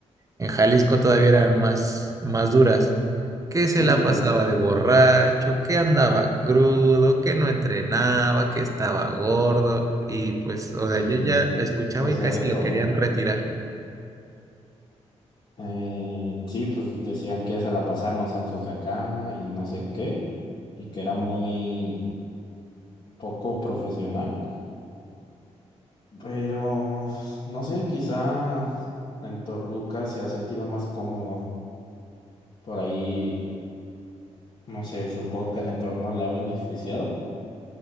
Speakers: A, on the right; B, on the left.
A: en Jalisco todavía eran más, más duras. Que se
B: sí,
A: la
B: pues
A: pasaba
B: yo, <laughs>
A: de borracho, que andaba crudo, que no entrenaba, que estaba gordo. Y pues, o sea,
B: sí,
A: yo
B: de-
A: ya escuchaba
B: se decía
A: y casi
B: de todo.
A: lo querían retirar.
B: Eh, sí, pues decían que se la pasaban los antros de acá y no sé qué, y que era muy poco profesional. Pero, no sé, quizá en Toluca se ha sentido más cómodo. Por ahí, no sé, supongo que el entorno le ha beneficiado.